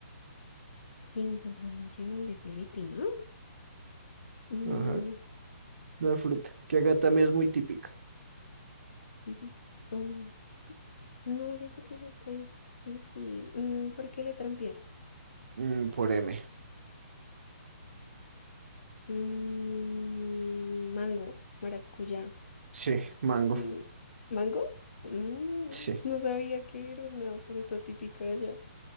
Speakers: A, on the left (about 60°); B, on the right (about 60°).
A: Símbolo nacional de Filipinas. Mm,
B: Ajá, la fruta, que acá también es muy típica.
A: típica. Uy, no, siento que eso está difícil. Mm, ¿por qué letra empieza?
B: Mm, por M.
A: Mm, mango, maracuyá.
B: Sí, mango.
A: Mm, ¿mango? Mm,
B: Sí,
A: no sabía que era una fruta típica de allá.